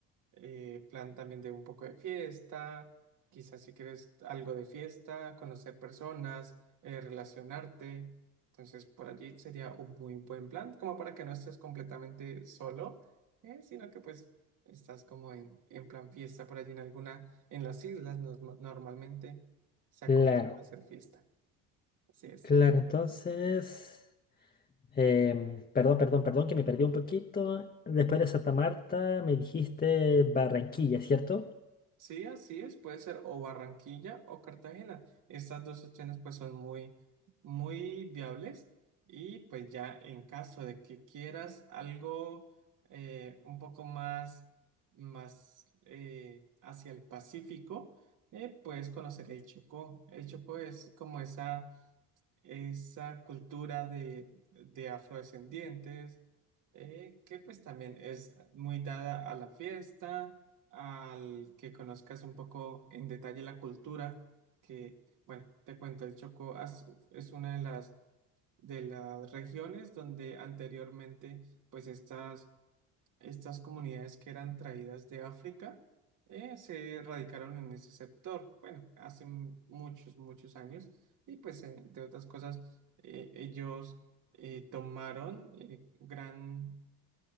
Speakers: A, on the right (about 55°); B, on the left (about 25°).
A: eh, plan también de un poco de fiesta, quizás si quieres algo de fiesta, conocer personas, eh, relacionarte. Entonces, por allí sería un muy buen plan, como para que no estés completamente solo, eh, sino que pues estás como en, en plan fiesta por allí en alguna, en las islas nos- normalmente se acostumbra
B: Claro,
A: a hacer fiesta. Así es.
B: claro, entonces... em, perdón, perdón, perdón, que me perdí un poquito. Después de Santa Marta me dijiste Barranquilla, ¿cierto?
A: Sí, así es, puede ser o Barranquilla o Cartagena. Estas dos opciones pues son muy, muy viables y pues ya en caso de que quieras algo eh, un poco más, más eh, hacia el Pacífico, eh, puedes conocer el Chocó. El Chocó es como esa esa cultura de, de afrodescendientes, eh, que pues también es muy dada a la fiesta, al que conozcas un poco en detalle la cultura, que bueno, te cuento, el Chocó as- es una de las, de las regiones donde anteriormente pues estas estas comunidades que eran traídas de África eh, se radicaron en ese sector, bueno, hace m- muchos, muchos años, y pues, eh, entre otras cosas, eh, ellos eh, tomaron eh, gran,